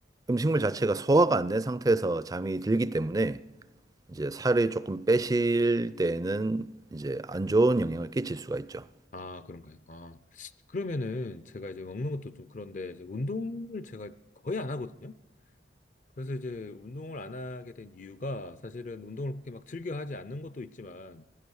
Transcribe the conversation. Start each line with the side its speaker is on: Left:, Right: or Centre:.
Right: 음식물 자체가 소화가 안 된 상태에서 잠이 들기 때문에 이제 살을 조금 빼실 때에는 이제 안 좋은 영향을 끼칠 수가 있죠.
Left: 아, 그런가요? 아, 그러면은 제가 이제 먹는 것도 좀 그런데 이제 운동을 제가 거의 안 하거든요? 그래서 이제 운동을 안 하게 된 이유가 사실은 운동을 그렇게 막 즐겨 하지 않는 것도 있지만,